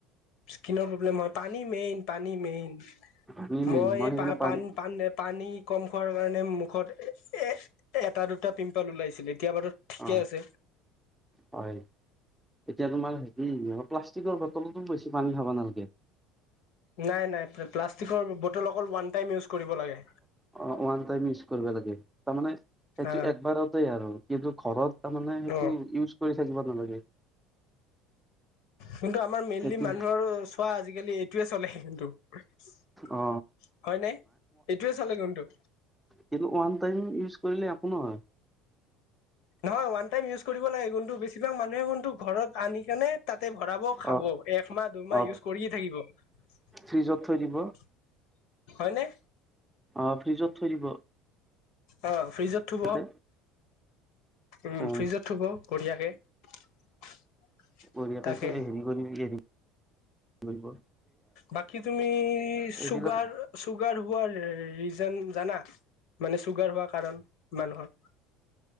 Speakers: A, on the left; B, in the centre.
A: স্কিনৰ প্ৰব্লেম হয় পানী মেইন পানী মেইন
B: পানী মেইন
A: মই এই
B: সেইকাৰণে
A: পা
B: পানী
A: পান পান পানী কম খোৱাৰ কাৰণে মুখত এ এটা দুটা পিম্পল ওলাইছিল এতিয় বাৰো ঠিকে
B: অ
A: আছে
B: হয় এতিয়া তোমাৰ হেৰি প্লাষ্টিকৰ বটলতো বেছি পানী খাবা নালাগে
A: নাই নাই প্লাষ্টিকৰ বটল অকল ওৱান টাইম ইউজ কৰিব লাগে
B: ওৱান টাইম ইচ কৰিব লাগে তাৰ মানে সেইটো
A: হা
B: একবাৰতেই আৰু কিন্তু ঘৰত তাৰ মানে সেইটো
A: অ
B: ইউজ কৰি জিব নালাগে
A: কিন্তু আমাৰ মেইনলি
B: সেইটো
A: মানুহৰ চোৱা আজিকালি এইটোৱে চলে কিন্তু হয়
B: অ
A: ন এইটোৱে চলে কিন্তু
B: কিটো ওৱান টাইম ইউজ কৰিলে নহয়
A: নহয় ওৱান টাইম ইউজ কৰিব লাগে কিন্তু বেছিভাগ মানুহেু ঘৰত আনি কেনে তাত তাতে ভৰাব খাব
B: অ
A: একমাহ দুমাহ
B: অ
A: ইউজ কৰিয়ে থাকিব
B: ফ্ৰিজত থৈ দিব
A: হয়নে
B: অ' ফ্ৰিজত থৈ দিব।
A: অ'। ফ্ৰিজত থ'ব।
B: তাতে
A: উম,
B: অ
A: ফ্ৰিজত থব বঢ়িয়াকে। <inaudible>
B: বঢ়িয়াকে
A: তাকে
B: থৈ হেৰি কৰি উলিয়াই দিম। ধৰিব।
A: বাকি তুমি
B: এইবিলাক
A: চুগাৰ চুগাৰ- পোৱাৰ ৰিজন জানা, মানে চুগাৰ হোৱা কাৰণ মানুহৰ?